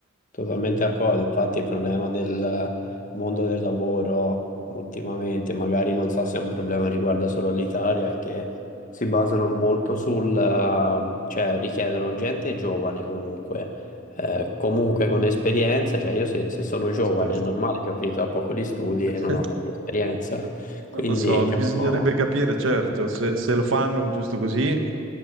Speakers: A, on the left (about 40°); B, on the right (about 80°).
A: totalmente
B: mm,
A: d'accordo. Infatti il problema del mondo del lavoro ultimamente, magari non so se è un problema che riguarda solo l'Italia, è che si basano molto sul, ehm, cioè richiedono gente giovane comunque, eh, comunque con esperienza, cioè io se, se sono giovane
B: esperto.
A: è normale che ho finito da poco gli studi
B: <laughs>
A: e non ho molta esperienza,
B: Non
A: quindi
B: lo so,
A: c'è
B: bisognerebbe
A: un po'...
B: capire, certo, se, se lo fanno giusto così